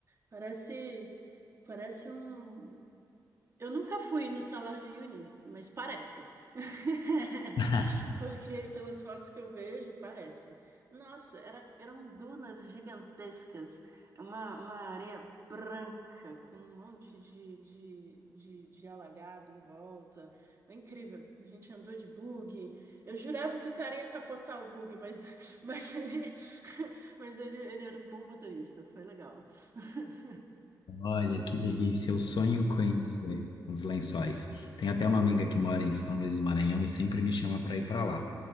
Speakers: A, on the right; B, on the left.
A: Parece, parece um, eu nunca fui no Salar de Uyuni, mas parece. <laughs>
B: <laughs>
A: Porque pelas fotos que eu vejo, parece. Nossa, era- eram dunas gigantescas, É uma, uma areia branca com um monte de, de, de, de alagado em volta. É incrível. A gente andou de bug. Eu jurava que o cara ia capotar o bug, mas, <laughs> mas, ele, <laughs> mas ele, ele era um bom motorista. Foi legal. <laughs>
B: Olha, que delícia, eu sonho em conhecer os Lençóis. Tem até uma amiga que mora em São Luís do Maranhão e sempre me chama para ir para lá.